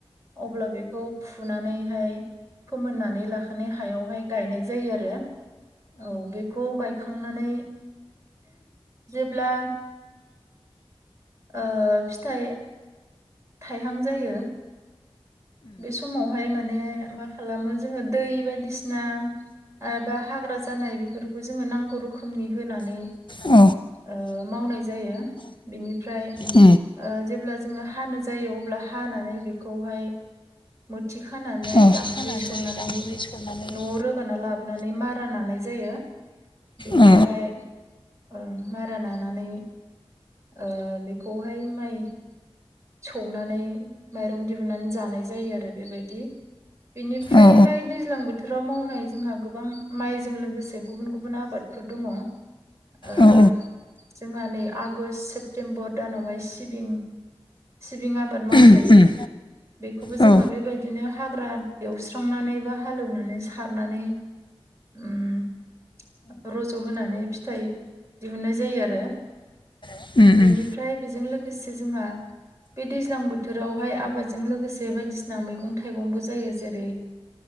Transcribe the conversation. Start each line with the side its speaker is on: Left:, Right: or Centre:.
Right: अब्ला बेखौ फुनानैहाय फोमोननानै लाखानाय हायाव हाय गायनाय जायो आरो। औ बेखौ गायखांनानै जेब्ला ओ फिथाइ थाइहां जायो बे समाव हाय माने मा खालामो जोङो दै बायदिसिना बा हाग्रा जानाय बेफोरखौ जोङो नांगौ रोखोमनि होनानै
Left: औ
Right: ओ मावनाय जायो बेनिफ्राय ओ
Left: उम औ
Right: जेब्ला जोङो हानो जायो अब्ला हानानै बेखौ हाय मोथि खानानै
Left: खानानै
Right: दांगांग्रि सरनानै
Left: दानद्रि सरनानै
Right: न'आव रोगा लाबोनानै मारा लानाय जायो बेनिफ्राय
Left: औ
Right: ओं मारा नानानै ओ बेखौ हाय माइ सौनानै माइरं दिहुननानै जानाय जायो आरो बेबायदि। बिनिफ्राय
Left: औ
Right: हाय दैज ज्लां बोथोराव मावनाय जोंहा गोबां माइजों लोगोसे गुबुन गुबुन आबादफोर दङ। ओ
Left: उम
Right: जोंहा नै आगष्ट सेप्तेम्बर दानावहाय सिबिं सिबिं आबाद मावजायो।
Left: उम
Right: बेखौबो
Left: औ
Right: जोङो बेबायदिनो हाग्रा एवस्रांनानै बा हालौनानै सारनानै ओम। रज' होनानै फिथाइ दिहुननाय जायो आरो।
Left: उम
Right: बिनिफ्राय
Left: उम
Right: बेजों लोगोसे जोंहा बे दैज्लां बोथोराव हाय आबादजों लोगोसे बायदिसिना मैगं थाइगंबो जायो जेरै